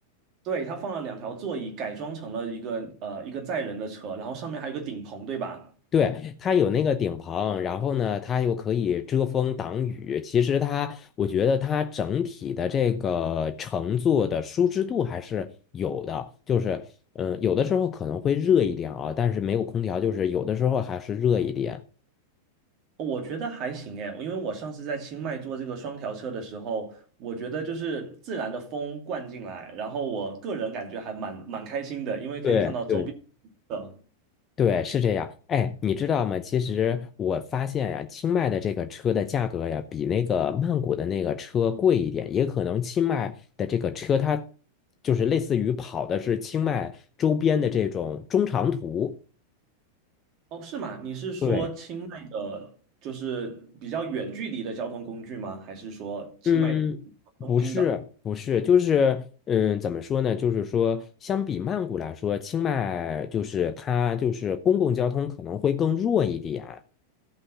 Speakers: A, on the right; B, on the left.
A: 对，它放了两条座椅，改装成了一个呃一个载人的车，然后上面还有个顶棚，对吧？
B: 对，它有那个顶棚，然后呢，它又可以遮风挡雨。其实它，我觉得它整体的这个乘坐的舒适度还是有的，就是嗯、呃有的时候可能会热一点啊，但是没有空调，就是有的时候还是热一点。
A: 我觉得还行诶，因为我上次在清迈坐这个双条车的时候，我觉得就是自然的风灌进来，然后我个人感觉还蛮蛮开心的，因为可以看到周边
B: 对对。
A: 的。
B: 对，是这样。哎，你知道吗？其实我发现呀，清迈的这个车的价格呀，比那个曼谷的那个车贵一点。也可能清迈的这个车，它就是类似于跑的是清迈周边的这种中长途。
A: 哦，是吗？你是说清迈的，
B: 对，
A: 就是比较远距离的交通工具吗？还是说清迈中
B: 嗯，不是，
A: 心的？
B: 不是，就是嗯，怎么说呢？就是说，相比曼谷来说，清迈就是它就是公共交通可能会更弱一点。